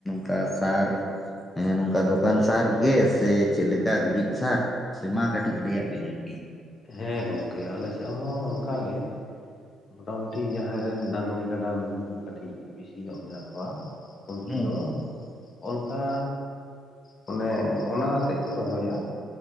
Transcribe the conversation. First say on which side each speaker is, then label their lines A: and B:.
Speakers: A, on the left; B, on the left.
A: ᱠᱟ ᱥᱟᱨ ᱱᱚᱝᱠᱟ ᱫᱚᱠᱟᱱ ᱥᱟᱨ ᱜᱮ ᱥᱮ ᱪᱮᱫ ᱞᱮᱠᱟ ᱜᱩᱨᱤᱡ ᱥᱟᱨ? ᱥᱮ ᱢᱟ ᱠᱟᱹᱴᱤᱡ ᱞᱟᱹᱭᱟᱫ ᱵᱮᱞᱮ ᱾
B: ᱦᱮᱸ ᱜᱚᱝᱠᱮ ᱟᱞᱮᱥᱮᱫ ᱦᱚᱸ ᱚᱱᱠᱟ ᱜᱮ ᱾ ᱢᱚᱴᱟᱢᱩᱴᱤ ᱡᱟᱦᱟᱸᱭ ᱨᱮᱱ ᱰᱟᱝᱨᱤ ᱜᱟᱰᱟ ᱢᱤᱦᱩ ᱠᱟᱹᱴᱤᱡ ᱵᱤᱥᱤ ᱧᱚᱜ ᱢᱮᱱᱟᱜ ᱠᱚᱣᱟ, ᱩᱱᱠᱩ
A: ᱦᱩᱸ
B: ᱫᱚ ᱚᱱᱠᱟ ᱢᱟᱱᱮ ᱚᱱᱟ ᱟᱛᱮᱫ ᱠᱚ ᱨᱚᱦᱚᱭᱟ ᱾